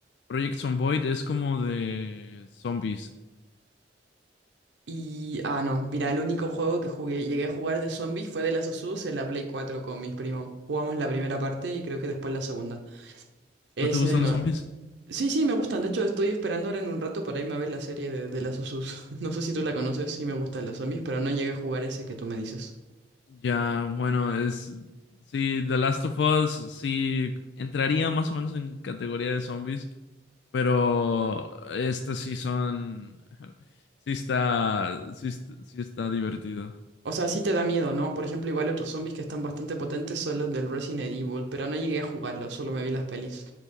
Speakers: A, on the left; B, on the right.
A: Project Zomboid es como de zombies.
B: Y, ah, no, mira, el único juego que jugué, llegué a jugar de zombies fue de Last of Us en la Play 4 con mis primos. Jugamos la primera parte y creo que después la segunda.
A: ¿No
B: Ese
A: te gustan
B: no-
A: los zombies?
B: Sí, sí, me gustan. De hecho, estoy esperando ahora en un rato para irme a ver la serie de, de Last of Us. <laughs> No sé si tú la conoces, sí me gustan los zombies, pero no llegué a jugar ese que tú me dices.
A: Ya, bueno, es. Sí, The Last of Us sí entraría más o menos en categoría de zombies, pero este sí son. <laughs> Sí está. Sí, est- sí está divertido.
B: O sea, sí te da miedo, ¿no? Por ejemplo, igual otros zombies que están bastante potentes son los del Resident Evil, pero no llegué a jugarlos, solo me vi las pelis.